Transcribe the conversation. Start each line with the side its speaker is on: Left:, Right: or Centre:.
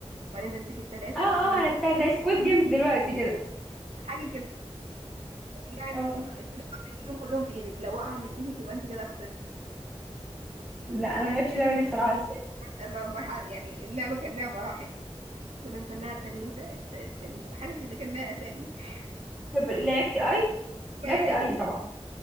Right: وبعدين تمسكي التلاتة
Centre: اه اه
Right: فاحنا نسمي
Centre: عرفتها زي سكويد جيمز دلوقتي كده
Right: حاجة كده يعني
Centre: اه
Right: التلاتة بتجيبهم كلهم في ايدك لو وقعوا من ايدك يبقى انت كده خسرتي
Centre: لا انا
Right: كانت
Centre: ما لعبتش اللعبه دي بصراحه بس-
Right: لعبة- مرحلة يعني اللعبة كان لها مراحل كنا بنسميها التلوتة الت... التل... حاجة كده كان لها أسامي <laughs>
Centre: طب لعبتي اي
Right: ذكريات
Centre: لعبتي اي طبعا